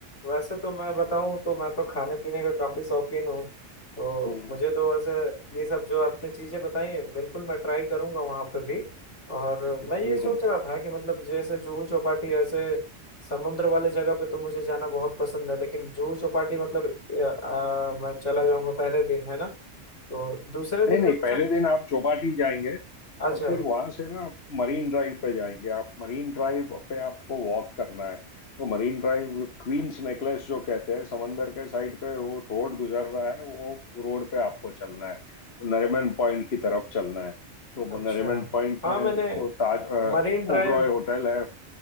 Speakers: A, on the left; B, on the left.
A: वैसे तो मैं बताऊं तो मैं तो खाने पीने का काफी शौकीन हूँ तो
B: हम्म
A: मुझे तो वैसे ये सब जो आपने चीजें बताई हैं बिल्कुल मैं ट्राई करूंगा वहां पे भी और मैं ये
B: हम्म
A: सोच
B: हम्म।
A: रहा था कि मतलब जैसे जुहू चौपाटी ऐसे समुद्र वाले जगह पे तो मुझे जाना बहुत पसंद है लेकिन जुहू चौपाटी मतलब अ, अ, मैं चला जाऊंगा पहले दिन है ना तो दूसरे दिन
B: नहीं नहीं
A: पे कुछ
B: पहले
A: अच्छा
B: दिन आप चौपाटी जाएंगे
A: अच्छा
B: और फिर वहां से ना आप मरीन ड्राइव पे जाएंगे आप मरीन ड्राइव पे आपको वॉक करना है तो मरीन ड्राइव क्वींस नेकलेस जो कहते हैं समंदर के साइड पे वो रोड गुजर रहा है वो रोड पे आपको चलना है वो नरीमन पॉइंट की तरफ चलना है तो
A: अच्छा
B: वो नरीमन पॉइंट
A: हाँ
B: में
A: मैंने
B: वो ताज
A: मरीन ड्राइव
B: ओबरॉय होटल है